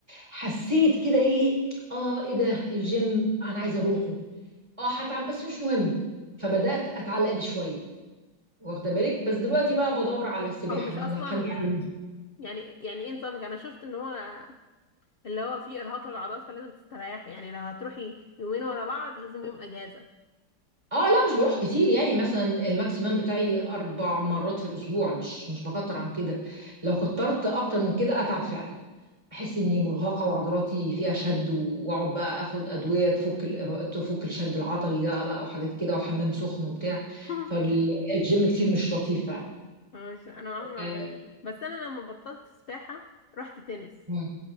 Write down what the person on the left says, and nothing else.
او مش
اصلا
يعني يعني ايه نظامك انا شفت ان هو اللي هو فيه ارهاق للعضلات فلازم تستريحي يعني لو هتروحي يومين ورا بعض لازم يوم اجازه
<laughs>
مش انا عمري ما
عجبني بس انا لما بطلت سباحه رحت تنس